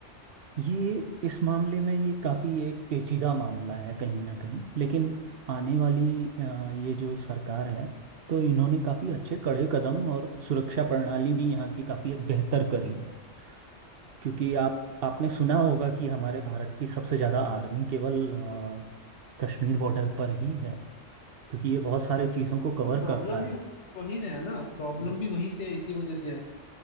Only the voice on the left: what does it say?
तो प्रॉब्लम
भी
वहीं से है ना प्रॉब्लम
भी वहीं से है इसी वजह से है